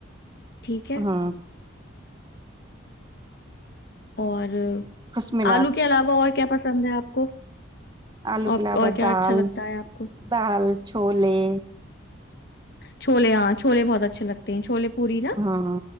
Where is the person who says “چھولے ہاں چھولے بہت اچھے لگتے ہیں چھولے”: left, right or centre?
Left